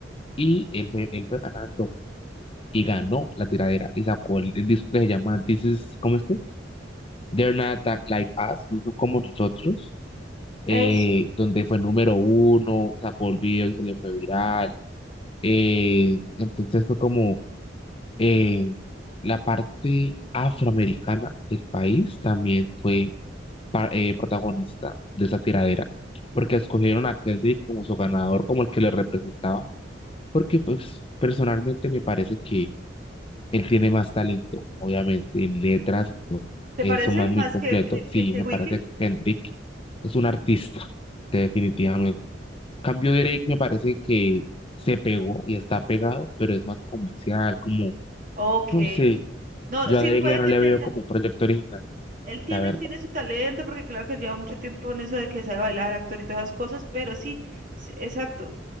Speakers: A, on the left; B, on the right.
A: y él fue, él fue ganando y ganó la tiradera y sacó el, el disco que se llama This is, ¿cómo es que es? They're Not Tha- Like Us, no son como nosotros,
B: Es,
A: eh, donde fue número uno, sacó el video y se le fue viral. eh, entonces fue como eh, la parte afroamericana del país también fue pa- eh, protagonista de esa tiradera, porque escogieron a Kendrick como su ganador, como el que le representaba, porque pues personalmente me parece que él tiene más talento, obviamente, en letras, en todo.
B: ¿te
A: Es
B: parece
A: un man
B: más
A: muy completo.
B: que, que,
A: Sí,
B: que, que
A: me
B: Weeknd?
A: parece que Kendrick es un artista, <laughs> definitivamente. Cambio Drake me parece que se pegó y está pegado, pero es más comercial, como,
B: Ok.
A: no sé,
B: No,
A: yo
B: sí
A: a Drake
B: puede
A: ya no
B: que
A: le
B: tenga,
A: veo como un proyecto original,
B: él tiene,
A: la verdad.
B: él tiene su talento, porque claro que lleva mucho tiempo en eso de que sabe bailar, actor y todas esas cosas, pero sí, sí, exacto.